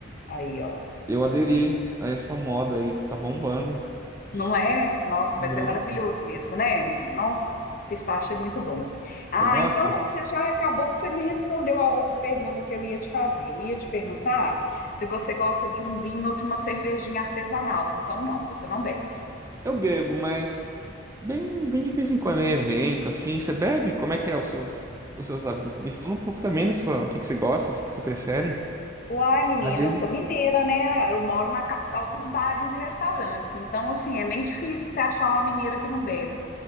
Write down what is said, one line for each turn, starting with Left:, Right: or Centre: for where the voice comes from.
Left: aí, ó.
Right: Eu
Left: Tá
Right: aderi
Left: vendo?
Right: a essa moda aí que tá bombando. Sou
Left: Não é? Nossa,
Right: Um
Left: mas
Right: grande
Left: é maravilhoso
Right: fã.
Left: mesmo, né, menino? Ó, Pistache é muito bom. Ah,
Right: Você gosta?
Left: então você já acabou que você me respondeu a outra pergunta que eu ia te fazer. Eu ia te perguntar se você gosta de um vinho ou de uma cervejinha artesanal. Então, não, você não bebe.
Right: Eu bebo, mas bem, bem de vez em quando em evento, assim. Você bebe? Como é que é os seus, os seus hábitos? Me fala um pouco também da sua, o que que você gosta, o que que você prefere?
Left: Uai, menina,
Right: Às vezes,
Left: eu sou mineira, né? Eu moro na capital dos bares e restaurantes. Então, assim, é meio difícil você achar uma mineira que não bebe.